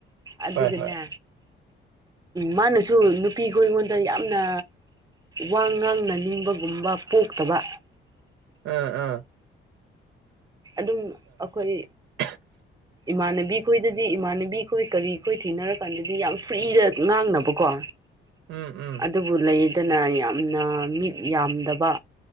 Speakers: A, on the right; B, on the right.
A: ꯑꯗꯨꯒꯅꯦ
B: ꯍꯣꯏ ꯍꯣꯏ
A: ꯃꯥꯅꯁꯨ ꯅꯨ ꯅꯨꯄꯤꯈ ꯑꯩꯉꯣꯟꯗ ꯌꯥꯝꯅ ꯋꯥ ꯉꯥꯡꯅ ꯅꯤꯡꯕꯒꯨꯝꯕ ꯄꯣꯛꯇꯕ
B: ꯑ ꯑ
A: ꯑꯗꯨꯝ ꯑꯈꯣꯏ
B: <inaudible>
A: ꯏꯃꯥꯟꯅꯕꯤꯈꯣꯏꯗꯗꯤ ꯏꯃꯥꯟꯅꯕꯤꯈꯣꯏ ꯀꯔꯤꯈꯣꯏ ꯊꯦꯡꯅꯔꯀꯥꯟꯗꯗꯤ ꯌꯥꯝ ꯐ꯭ꯔꯤꯗ ꯉꯥꯡꯅꯕꯀꯣ
B: ꯎꯝ ꯎꯝ
A: ꯑꯗꯨꯕꯨ ꯂꯩꯗꯅ ꯌꯥꯝꯅ ꯃꯤꯠ ꯌꯥꯝꯗꯕ